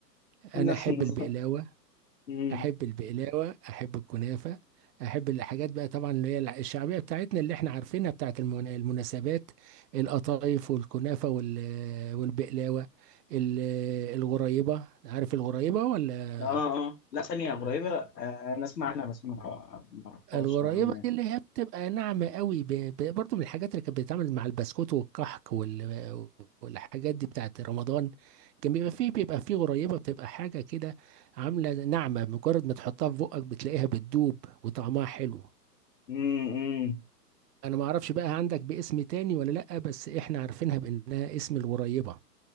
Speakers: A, on the right (about 70°); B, on the left (about 75°).
A: انا
B: نفس
A: احب
B: النظام
A: البقلاوه
B: مم.
A: احب البقلاوه احب الكنافه احب الحاجات بقى طبعا اللي هي الع- الشعبيه بتاعتنا اللي احنا عارفينها بتاعت المن- المناسبات القطايف والكنافه وال- والبقلاوه ال- الغريبه عارف الغريبه ولا
B: اه اه لا ثانيه قريبه آه انا اسمع عنها بس ما ما اعرفهاش
A: الغريبة
B: نوعا ما
A: دي اللي هي بتبقى ناعمة قوي ب... ب... برضو من الحاجات اللي كانت بتتعمل مع البسكوت والكحك وال... والحاجات دي بتاعت رمضان كان بيبقى فيه بيبقى فيه غريبة بتبقى حاجة كده عاملة ناعمة مجرد ما تحطها في بقك بتلاقيها بتدوب وطعمها حلو
B: مم، مم.
A: انا ما اعرفش بقى عندك باسم تاني ولا لأ بس احنا عارفينها بانها اسم الغريبة